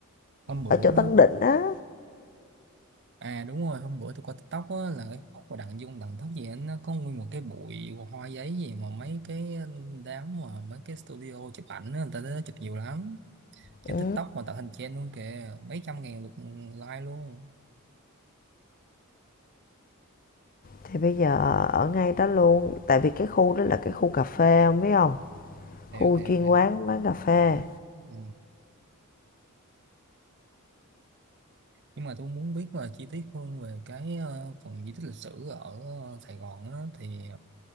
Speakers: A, on the right; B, on the left.
A: hôm bữa
B: ở chỗ Tân
A: á-
B: Định á.
A: à đúng rồi hôm bữa tôi coi TikTok á là cái khúc mà Đặng Dung Đặng Thất gì á, nó có nguyên một cái bụi hoa giấy gì mà mấy cái đám mà mấy cái studio chụp ảnh á, người ta tới đó chụp nhiều lắm trên
B: Ừ.
A: TikTok mà tạo thành trend luôn kìa mấy trăm ngàn lượt like luôn
B: Thì bây giờ ở ngay đó luôn, tại vì cái khu đó là cái khu cà phê ông biết không?
A: hiểu
B: Khu
A: hiểu
B: chuyên
A: hiểu
B: quán bán cà phê
A: ừ. nhưng mà tôi muốn biết là chi tiết hơn về cái ờ, phần di tích lịch sử ở ờ, Sài Gòn á thì